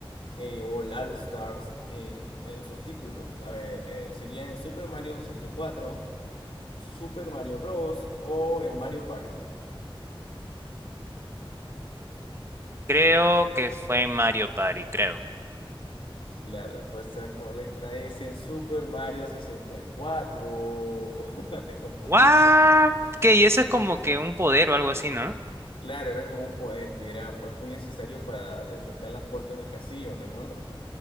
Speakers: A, on the left; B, on the right.
A: eh, o el All Stars eh, en sus títulos? A ver, eh, sería en Super Mario sesenta y cuatro, Super Mario Bros. o en Mario Party.
B: Creo que fue en Mario Party, creo.
A: La respuesta correcta es en Super Mario 64. <laughs> Te confundiste.
B: ¿What?
A: ahí.
B: ¿Qué? Y eso es como que un poder o algo así, ¿no?
A: Claro, era como un poder que era pues muy necesario para desbloquear las puertas del castillo, ¿te acuerdas?